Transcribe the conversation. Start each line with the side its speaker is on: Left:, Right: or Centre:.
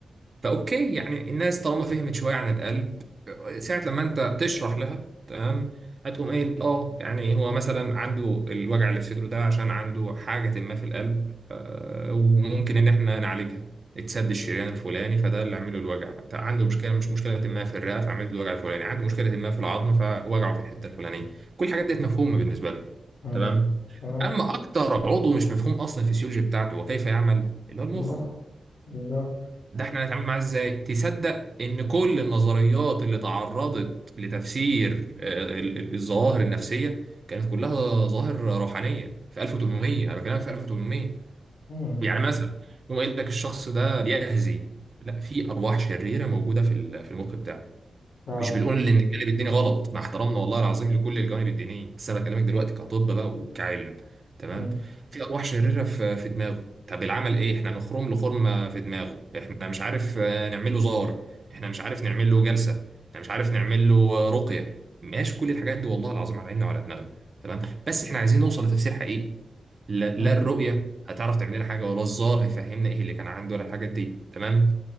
Right: فاوكي يعني الناس طالما فهمت شويه عن القلب ساعه لما انت تشرح لها تمام هتقوم قايل اه يعني هو مثلا عنده الوجع اللي في صدره ده عشان عنده حاجه ما في القلب آه، وممكن ان احنا نعالجها اتسد الشريان الفلاني فده اللي عامله الوجع طيب عنده مشكله مش مشكله ما في الرئه فعملت الوجع الفلاني عنده مشكله ما في العظم فوجعه في الحته الفلانيه كل الحاجات ديت مفهومه بالنسبه لنا
Left: مم.
Right: تمام
Left: تمام
Right: اما اكتر عضو مش مفهوم اصلا الفسيولوجي بتاعته وكيف يعمل اللي هو المخ
Left: المخ بالظبط
Right: ده احنا هنتعامل معاه ازاي تصدق ان كل النظريات اللي تعرضت لتفسير آه، ال- ال- الظواهر النفسية كانت كلها ظواهر روحانية في 1800 انا بكلمك في 1800
Left: مم.
Right: يعني مثلا يقوم قايل لك الشخص ده بيهزي لا في ارواح شريرة موجودة في ال- في المخ بتاعه
Left: اه
Right: مش بنقول ان الجانب الديني غلط مع احترامنا والله العظيم لكل الجوانب الدينيه بس انا بكلمك دلوقتي كطب بقى وكعلم تمام
Left: ماشي
Right: في ارواح شريره في في دماغه طب العمل ايه احنا نخرم له خرمه في دماغه احنا مش عارف آه، نعمل له زار احنا مش عارف نعمل له جلسه احنا مش عارف نعمل له آه، رقيه ماشي كل الحاجات دي والله العظيم على عيننا وعلى دماغنا تمام بس احنا عايزين نوصل لتفسير حقيقي لا,
Left: مم.
Right: لا الرؤيه هتعرف تعمل لنا حاجه ولا الزار هيفهمنا ايه اللي كان عنده ولا الحاجات دي تمام